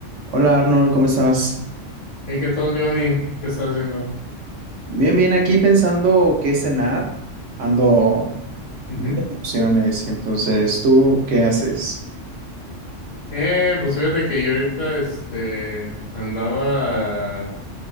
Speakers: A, on the right; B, on the left.
A: Hola Arnold, ¿cómo estás?
B: ¿Y qué tal, Johnny? ¿Qué estás haciendo?
A: Bien, bien, aquí pensando qué cenar, ando
B: Ujú.
A: opciones, entonces, ¿tú qué haces?
B: Eh, pues fíjate que yo ahorita este andaba